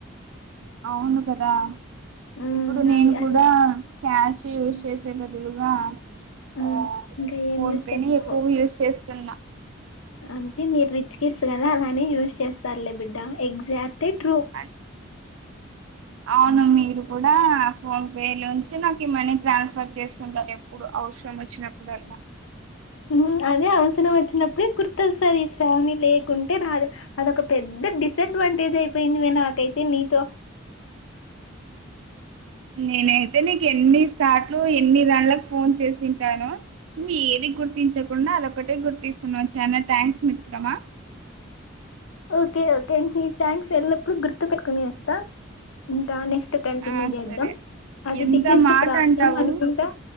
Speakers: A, on the right; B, on the left.
A: అవును కదా
B: మ్మ్
A: ఇప్పుడు నేను
B: అది
A: కూడా
B: అది
A: క్యాష్
B: ఒక
A: యూజ్ చేసే బదులుగా.
B: హ్మ్.
A: ఆ
B: ఇంకా ఏం
A: ఫోన్
B: యూజ్
A: పే
B: చేస్తావో.
A: నే ఎక్కువ యూజ్ చేస్తున్నా.
B: అంటే మీరు రిచ్చ్ కిడ్స్ కదా అలానే యూజ్ చేస్తారులే బిడ్డా ఎగ్జాక్ట్లి ట్రూ.
A: అన్ అవును మీరు కూడా ఫోన్ పే లోంచే నాకు ఈ మనీ ట్రాన్స్ఫర్ చేస్తుంటారు ఎప్ప్. పుడు అవసరం వచ్చినప్పుడల్లా
B: హూ అదే అవసరం వచ్చినప్పుడే గుర్తొస్తది ఈ శ్రావణి లేకుంటే రాదు. అదొక పెద్ద డిసడ్వాంటేజ్ అయిపోయింది వే నాకైతే నీతో.
A: నేనైతే నీకు ఎన్నిసాట్లు ఎన్ని దాండ్లక్ ఫోన్ చేసింటాను. నువ్వు ఏది గుర్తించకుండా అదొక్కటే గుర్తిస్తున్నావు చానా థ్యాంక్స్ మిత్రమా.
B: ఓకే ఓకే నీ థ్యాంక్స్ ఎల్లప్పుడు గుర్తు పెట్టుకొని వస్తా. ఇంకా నెక్స్ట్ కంటిన్యూ
A: ఆ
B: చేద్దాం
A: సరే
B: అది
A: ఎంత
B: బిగ్గెస్ట్
A: మాట
B: ప్రాబ్లమ్
A: అంటావు
B: అనుకుంటా.